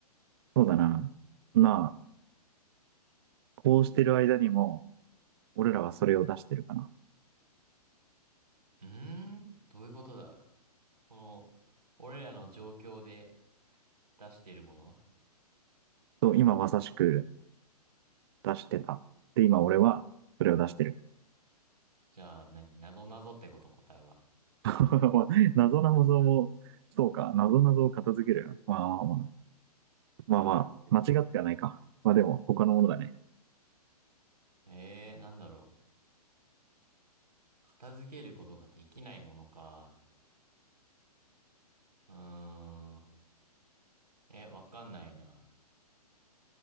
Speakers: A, on the right; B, on the right.
A: そうだな。まあ、こうしてる間にも、俺らはそれを出してるかな。
B: うーん、どういうことだこの、俺らの状況で出してるもの
A: そう、今まさしく出してた。で、今俺はそれを出してる。
B: じゃあ、何なぞなぞってこと答えは。
A: <laughs> まあ謎な謎も、そうか、謎な謎を片付ける。まあまあまあ、まあまあ、間違ってはないか。まあでも、他のものだね。
B: えー、なんだろう。片付けることができないものか。うーん。え、わかんないな。